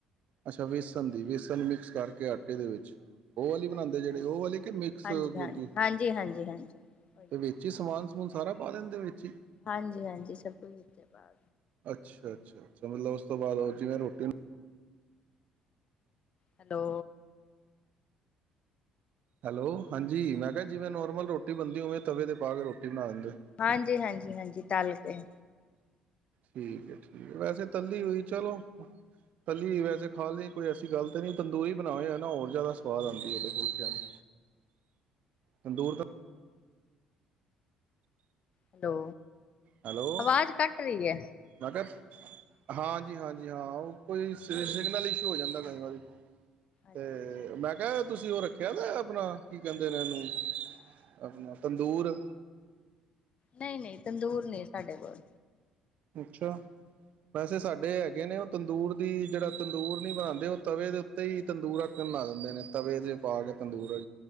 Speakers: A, on the right (about 55°); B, on the left (about 45°).
A: ਅੱਛਾ, ਵੇਸਣ ਦੀ। ਬੇਸਣ ਨੂੰ ਮਿਕਸ ਕਰਕੇ ਆਟੇ ਦੇ ਵਿੱਚ। ਉਹ ਵਾਲੀ ਬਣਾਉਂਦੇ
B: ਹਾਂਜੀ-ਹਾਂਜੀ।
A: ਜਿਹੜੇ, ਉਹ ਵਾਲੀ ਕਿ ਮਿਕਸ
B: ਹਾਂਜੀ-ਹਾਂਜੀ,
A: ਦੁ ਦੁ
B: ਹਾਂਜੀ-ਹਾਂਜੀ-ਹਾਂਜੀ। ਓਹੀਓ।
A: ਤੇ ਵੇਚੀ ਸਮਾਨ ਹੋਰ ਸਾਰਾ ਪਾ ਲੈਂਦੇ ਓ ਵਿੱਚ ਈ?
B: ਹਾਂਜੀ ਹਾਂਜੀ, ਸਭ ਕੁਛ ਵਿੱਚੇ ਪਾ
A: ਅੱਛਾ ਅੱਛਾ ਅੱਛਾ, ਮਤਲਬ ਉਸ ਤੋਂ ਬਾਅਦ ਉਹ ਜਿਵੇਂ ਰੋਟੀ ਨੂੰ
B: ਹੈਲੋ।
A: ਹੈਲੋ? ਹਾਂਜੀ ਮੈਂ ਕਿਹਾ
B: ਹਾਂਜੀ।
A: ਜਿਵੇਂ ਨੋਰਮਲ ਰੋ ਬੰਦੀ, ਉਵੇਂ ਤਵੇ ਤੇ ਪਾ ਕੇ ਰੋਟੀ ਬਣਾ ਦਿੰਦੇ
B: ਹਾਂਜੀ ਹਾਂਜੀ ਹਾਂਜੀ, ਤਲ ਕੇ।
A: ਠੀਕ ਐ, ਠੀਕ ਐ। ਵੈਸੇ ਤੱਲੀ ਹੋਈ, ਚਲੋ, ਤੱਲੀ ਵੈਸੇ ਖਾ ਲਈ ਕੋਈ ਐਸੀ ਗੱਲ ਤੇ ਨੀ, ਤੰਦੂਰੀ ਬਣਾਓ ਯਾ ਨਾ ਹੋਰ ਜ਼ਿਆਦਾ ਸਵਾਦ ਆਂਦੀ ਏ ਡ ਫੁਲਕਿਆਂ। <unintelligible> ਤੰਦੂਰ ਤਾਂ
B: ਹੈਲੋ।
A: ਹੈਲੋ,
B: ਆਵਾਜ਼ ਕੱਟ ਰਹੀ ਹੈ।
A: ਮੈ ਕਿਹਾ? ਹਾਂਜੀ-ਹਾਂਜੀ, ਹਾਂ ਉਹ ਕੋਈ ਸਿਗਨਲ ਇਸ਼ੂ ਹੋ ਜਾਂਦਾ ਕਈ ਵਾਰੀ ਤੇ
B: ਅੱਛਾ-ਅੱਛਾ।
A: ਮੈਂ ਕਿਹਾ, ਤੁਸੀਂ ਉਹ ਰੱਖਿਆ ਤਾਂ ਆਪਣਾ ਕੀ ਕਹਿੰਦੇ ਨੇ ਇਹਨੂੰ ਆਪਣਾ ਤੰਦੂਰ
B: ਨਹੀਂ-ਨਹੀਂ ਤੰਦੂਰ, ਸਾਡੇ ਕੋਲ
A: ਅੱਛਾ, ਵੈਸੇ ਸਾਡੇ ਹੈਗੇ ਨੇ, ਤੰਦੂਰ ਦੀ ਜਿਹੜਾ ਤੰਦੂਰ ਨਹੀਂ ਬਣਾਦੇ ਉਹ ਤਵੇ ਦੇ ਉੱਤੇ ਹੀ ਤੰਦੂਰ ਅੱਕਣ ਬਣਾ ਦਿੰਦੇ ਨੇ ਤਵੇ ਦੇ ਪਾ ਕੇ ਤੰਦੂਰ ਅ